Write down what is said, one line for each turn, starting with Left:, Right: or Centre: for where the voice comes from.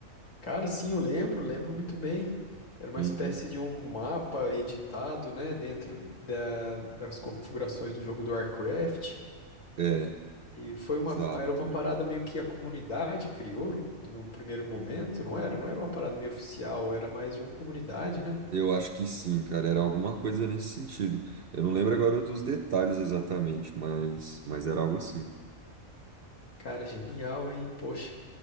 Left: Cara, sim, eu lembro, lembro muito bem. Era uma
Right: Uhum.
Left: espécie de um mapa editado, né, dentro da- das configurações do jogo do Warcraft.
Right: É,
Left: E foi uma,
Right: exato.
Left: era uma parada meio que a comunidade criou no, no primeiro momento, não era? Não era uma parada meio oficial, era mais de uma comunidade, né?
Right: Eu acho que sim, cara, era alguma coisa nesse sentido. Eu não lembro agora dos detalhes exatamente, mas, mas era algo assim.
Left: Cara, genial, hein? Poxa,